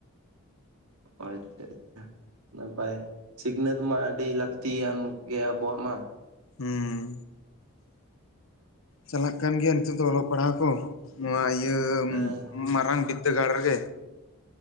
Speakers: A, on the right (about 85°); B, on the left (about 65°).
A: ᱟᱪᱷᱟ ᱟᱪᱷᱟ᱾ ᱱᱟᱯᱟᱭ, ᱥᱤᱠᱷᱱᱟᱹᱛ ᱢᱟ ᱟᱹᱰᱤ ᱞᱟᱹᱠᱛᱤᱭᱟᱱ ᱜᱮᱭᱟ ᱟᱵᱚᱣᱟᱜ ᱢᱟ᱾
B: ᱦᱩᱸ, ᱪᱟᱞᱟᱜ ᱠᱟᱱ ᱜᱮᱭᱟ ᱱᱤᱛᱚᱜ ᱫᱚ ᱚᱞᱚᱜ ᱯᱟᱲᱦᱟᱣ ᱠᱚ, ᱱᱚᱣᱟ ᱤᱭᱟᱹ,
A: ᱦᱮᱸ
B: ᱢᱟᱨᱟᱝ ᱵᱤᱫᱽᱫᱟᱹᱜᱟᱲ ᱨᱮᱜᱮ᱾